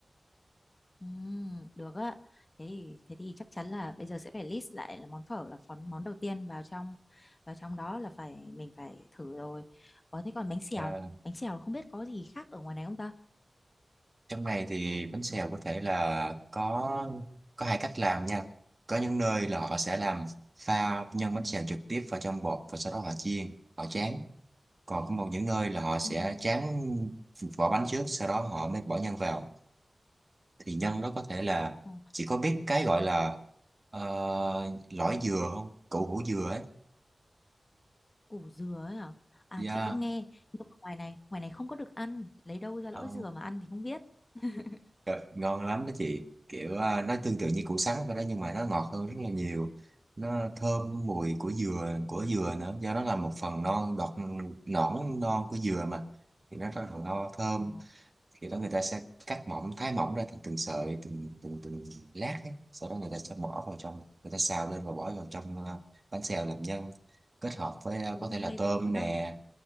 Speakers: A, on the left (about 30°); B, on the right (about 35°).
A: Ừm, được á thế thì thế thì chắc chắn là bây giờ sẽ phải list lại là món phở là món món đầu tiên vào trong vào trong đó là phải mình phải thử rồi Ủa thế còn bánh xèo
B: À,
A: bánh xèo không biết có gì khác ở ngoài này không ta
B: trong này thì bánh xèo có thể là có có hai cách làm nha. Có những nơi là họ sẽ làm pha nhân bánh xèo trực tiếp vào trong bột và sau đó họ chiên, họ tráng còn có một những nơi là họ sẽ
A: Ừ.
B: tráng vỏ bánh trước sau đó họ mới bỏ nhân vào thì nhân đó có thể là
A: Ồ,
B: chỉ có biết cái gọi là ờ, lõi dừa không củ hủ dừa ấy
A: củ dừa ấy hả? À
B: yeah.
A: chị có nghe, nhưng mà ngoài này, ngoài này không có được ăn, lấy đâu ra
B: Ờ,
A: lõi dừa mà ăn thì không biết. <laughs>
B: ờ, ngon lắm đó chị kiểu ờ, nó tương tự như củ sắn vậy đó nhưng mà nó ngọt hơn rất là nhiều nó thơm mùi của dừa của dừa nữa do nó là một phần non đọt nõn non của dừa mà thì nó rất là no thơm
A: Ồ,
B: khi đó người ta sẽ cắt mỏng thái mỏng ra từng từng sợi từng từng từng lát ấy. sau đó người ta sẽ bỏ vào trong người ta xào lên và bỏ vào trong ờ, bánh xèo làm nhân kết hợp với ờ,
A: ui
B: có thể là
A: hay
B: tôm
A: vậy luôn
B: nè
A: á.